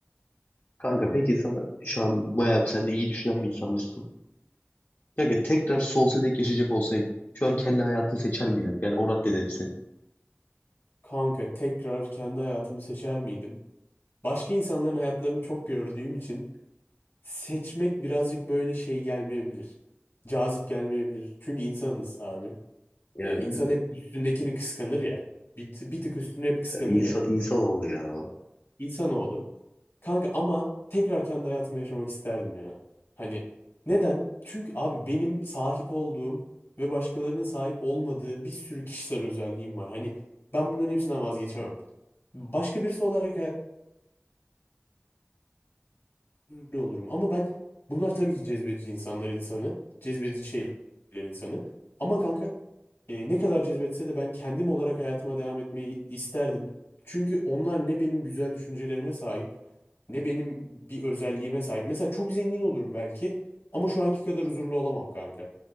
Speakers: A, on the left (about 50°); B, on the left (about 70°).
A: Kanka peki sana şu an bayağı sen de iyi düşünen bir insanmışsın. Kanka tekrar sol tek yaşayacak olsaydın şu an kendi hayatını seçer miydin? Yani o raddede misin?
B: Kanka tekrar kendi hayatımı seçer miydim? Başka insanların hayatlarını çok gördüğüm için seçmek birazcık böyle şey gelmeyebilir. Cazip gelmeyebilir. Çünkü insanız abi.
A: Yani
B: Ee, insan
A: evet
B: hep üstündekini kıskanır ya. Bir, t- bir tık üstüne hep kıskanır
A: ya, insan,
B: ya.
A: insanoğlu ya.
B: İnsanoğlu. Kanka ama tekrar kendi hayatımı yaşamak isterdim ya. Hani neden? Çünkü abi benim sahip olduğum ve başkalarının sahip olmadığı bir sürü kişisel özelliğim var. Hani ben bunların hepsinden vazgeçemem. Başka birisi olarak öyle olurum. Ama ben bunlar tabii ki cezbedici insanlar insanı. Cezbedici şeyler insanı. Ama kanka e, ne kadar cezbetse de ben kendim olarak hayatıma devam etmeyi isterdim. Çünkü onlar ne benim güzel düşüncelerime sahip ne benim bir özelliğime sahip. Mesela çok zengin olurum belki ama şu anki kadar huzurlu olamam kanka.